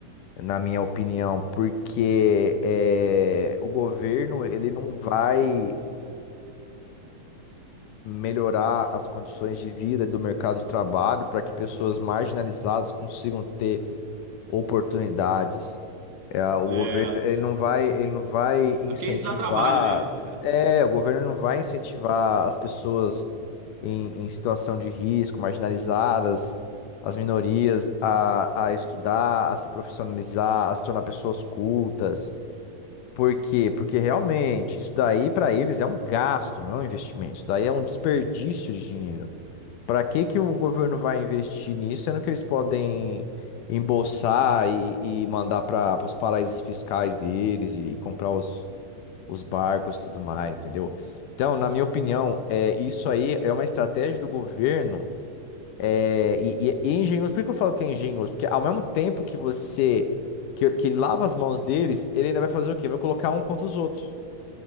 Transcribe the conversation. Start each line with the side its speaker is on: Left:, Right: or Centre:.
Left: na minha opinião, porque é, o governo ele não vai melhorar as condições de vida do mercado de trabalho para que pessoas marginalizadas consigam ter oportunidades. É, o
Right: É,
Left: governo ele não vai, ele não vai incentivar.
Right: é porque isso dá trabalho, né? <laughs>
Left: É, o governo não vai incentivar
Right: Isso-
Left: as pessoas em, em situação de risco, marginalizadas, as minorias, a, a estudar, a se profissionalizar, a se tornar pessoas cultas. Por quê? Porque realmente isso daí para eles é um gasto, não é um investimento. Isso daí é um desperdício de dinheiro. Para que que o governo vai investir nisso, sendo que eles podem embolsar e, e mandar para os paraísos fiscais deles e comprar os, os barcos e tudo mais, entendeu? Então, na minha opinião, é, isso aí é uma estratégia do governo é, e, e- e é engenhoso. Por que eu falo que é engenhoso? Porque ao mesmo tempo que você que, que ele lava as mãos deles, ele ainda vai fazer o quê? Vai colocar um contra os outros.